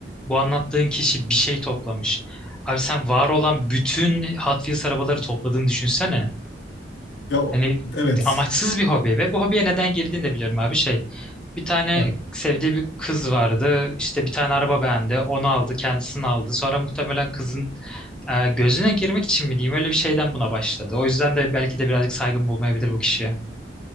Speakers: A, in the centre; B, on the left (about 80°).
A: bu anlattığın kişi bir şey toplamış. Abi sen var olan bütün Hot Wheels arabaları topladığını düşünsene.
B: Ya o-
A: Hani
B: evet.
A: amaçsız bir hobi ve bu hobiye neden girdiğini de biliyorum abi şey. Bir tane
B: Ha.
A: sevdiği bir kız vardı. işte bir tane araba beğendi. Onu aldı, kendisini aldı. Sonra muhtemelen kızın e, gözüne girmek için mi diyeyim öyle bir şeyden buna başladı. O yüzden de belki de birazcık saygın bulmayabilir bu kişiye.